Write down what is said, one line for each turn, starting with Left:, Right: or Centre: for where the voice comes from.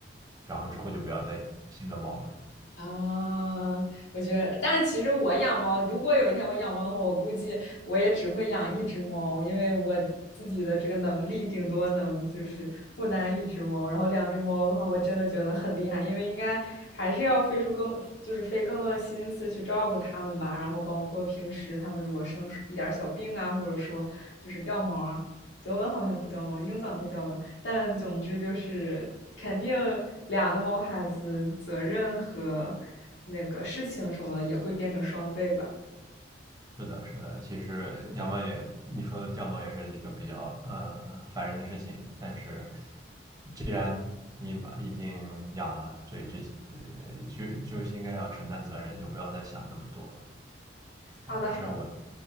Right: 然后之后就不要再养新的猫了。
Left: 啊，我觉得，但是其实我养猫，如果有一天我养猫的话，我估计我也只会养一只猫，因为我自己的这个能力顶多能就是负担一只猫，然后两只猫的话，我真的觉得很厉害，因为应该还是要费出更，就是费更多的心思去照顾它们吧，然后包括平时它们如果生一点小病啊，或者说就是掉毛啊，德文好像不掉毛，英短会掉吧。但总之就是肯定两个毛孩子责任和那个事情什么的也会变成双倍吧。
Right: 是的，是的，其实养猫也，你说的掉毛也是一个比较呃烦人的事情，但是既然你把已经养了，所以这些呃就就应该要承担责任，就不要再想那么多了啊，
Left: 好的，好的
Right: 至少我